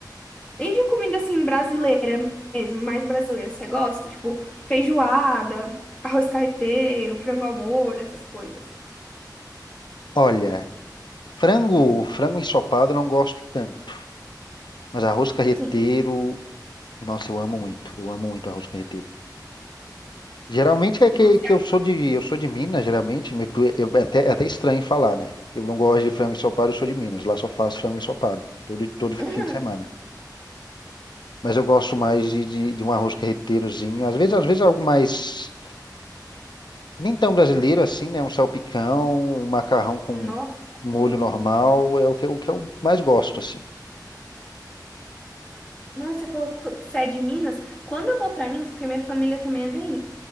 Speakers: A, on the left; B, on the left.
A: E de comida, assim, brasileira mesmo, mais brasileira, você gosta? Tipo, feijoada, arroz carreteiro, frango ao molho, essas coisas.
B: Olha, frango, frango ensopado eu não gosto tanto, mas arroz carreteiro,
A: Sim.
B: nossa, eu amo muito. Eu amo muito arroz carreteiro. Geralmente
A: Nossa,
B: é que, que eu sou de eu sou de Minas, geralmente, me- eu- é até, é até estranho falar, né? Eu não gosto de frango ensopado, eu sou de Minas, lá só faço frango ensopado, todo, todo
A: é-
B: fim de semana.
A: <laughs>
B: Mas eu gosto mais de, de, de um arroz carreteirozinho, às vezes, às vezes algo mais, nem tão brasileiro assim, né? Um salpicão, um macarrão com
A: nossa,
B: molho
A: adoro.
B: normal, é o que, o que eu mais gosto, assim.
A: Nossa, você falou co- que você é de Minas? Quando eu vou pra Minas, porque minha família também é daí.